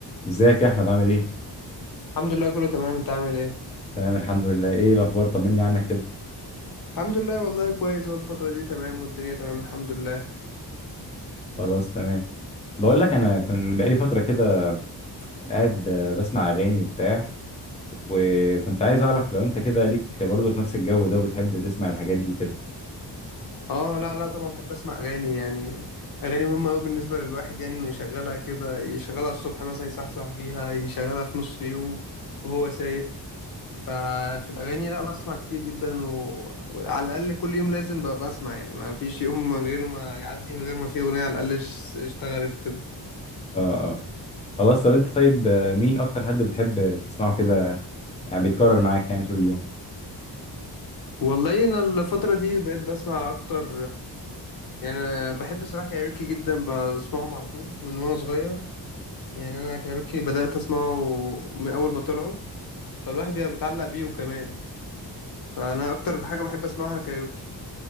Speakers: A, on the left; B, on the left.
A: ازيك يا احمد عامل ايه
B: الحمد لله كله تمام انت عامل ايه
A: تمام الحمد لله ايه الاخبار طمني عنك كده
B: الحمد لله والله كويس هو الفترة دي تمام والدنيا تمام الحمد لله
A: خلاص تمام بقول لك انا كنت بقالي فتره كده قاعد آه، بسمع اغاني وبتاع وكنت عايز اعرف لو انت كده ليك برضه في نفس الجو ده وبتحب تسمع الحاجات دي وكده
B: اه لا لا طبعا بحب اسمع اغاني يعني اغاني مهمة قوي بالنسبة للواحد يعني انه يشغلها كده يشغلها الصبح مثلا يصحصح بيها يشغلها في نص يومه وهو سايق ففي الاغاني لا بسمع كتير جدا و... وعلى الاقل كل يوم لازم بقى بسمع يعني ما فيش يوم من غير ما يعدي من غير ما في اغنية على الاقل اشت- اشتغلت كده
A: اه اه خلاص طب انت طيب آه، مين اكتر حد بتحب تسمعه كده يعني بيتكرر معاك يعني طول اليوم
B: والله انا الفترة دي بقيت بسمع اكتر يعني انا بحب صراحه كايروكي جدا بسمعهم على طول من وانا صغير يعني انا كايروكي بدات اسمعه من اول ما طلعوا فالواحد بيبقى متعلق بيهم كمان فانا اكتر حاجه بحب اسمعها كايروكي